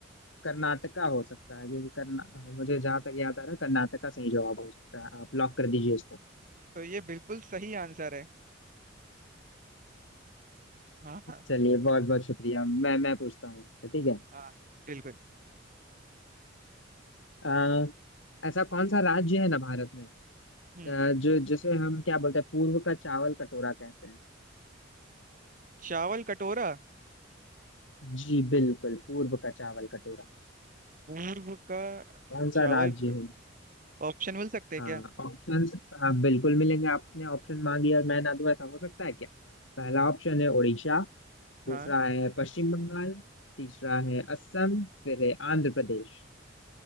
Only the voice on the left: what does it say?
कर्नाटका हो सकता है क्योंकि कर्ना मुझे जहाँ तक याद आ रहा है कर्नाटका सही जवाब हो सकता है आप लॉक कर दीजिए इसको
चलिए बहुत बहुत शुक्रिया मैं मैं पूछता हूँ आपसे ठीक है
अ, ऐसा कौन सा राज्य है ना भारत में अ,
जो जिसे हम क्या बोलते हैं पूर्व का चावल कटोरा कहते हैं
जी बिल्कुल पूर्व का चावल कटोरा
कौन सा
राज्य
है
हाँ
ऑप्शंस हाँ बिल्कुल मिलेंगे आपने ऑप्शन मांगी और मैं ना दूं ऐसा हो सकता है क्या पहला ऑप्शन है उड़ीसा
दूसरा है पश्चिम बंगाल तीसरा है असम फिर है आंध्र प्रदेश